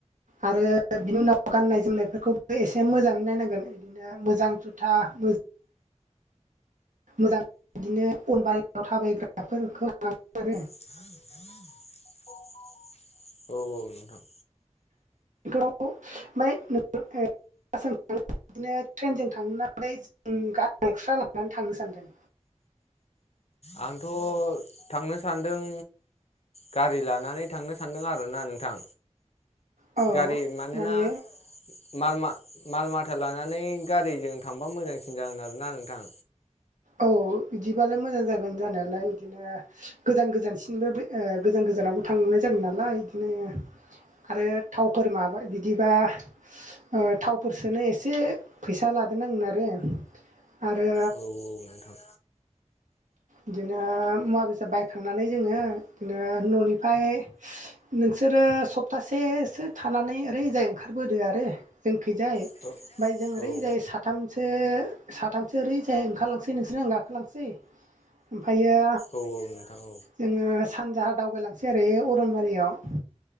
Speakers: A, on the right (about 85°); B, on the left (about 55°).
A: आरो बिनि उनाव गाननाय जोमनायफोरखौबो एसे मोजाङै नायनांगोन नो मोजां जुथा मो मोजां बिदिनो अन बाहेरायाव थाबायग्राफोरखौ <unintelligible> आरो
B: <inaudible> <inaudible> औ-औ नोंथां।
A: हेलौ माय <unintelligible> बासजों थांनानै बिदिनो ट्रेनजों थांनानै जों गारि एक्सट्रा लानानै थांनो सानदों।
B: आंथ' थांनो सानदों। गारि लानानै थांनो सानदों आरोना नोंथां।
A: औ
B: गारि मानोना
A: माने
B: माल मा माल मा था लानानै गारिजों थांबा मोजांसिन जागोन आरोना नोंथां।
A: औ इदिबालाय मोजां जागोन जानायालाय इदिनो गोजान गोजानसिनबो बे ओ गोजान गोजानावबो थांनाय जागोन नालाय इदिनो। खारो थावफोर माबा बिदिबा ओ थावफोर सोनो एसे फैसा लादेरनांगोन आरो आरो
B: औ औ नोंथां।
A: इदिनो मुवा बेसाद बायखांनानै जोङो नो न'निफाय नोंसोरो सप्तासेसो थानानै ओरैजाय ओंखारबोदो आरो जोंखैजाय।
B: जोंनिखैजाय
A: बाय जों ओरै जाय साथामसो-साथामसो ओरै जाय ओंखारलांसै नोंसोरनो आं गाखोलांसै। ओमफायो
B: ओमफ्राय
A: जोङो सानजाहा दावबायलांसै आरो ए अरनबारियाव।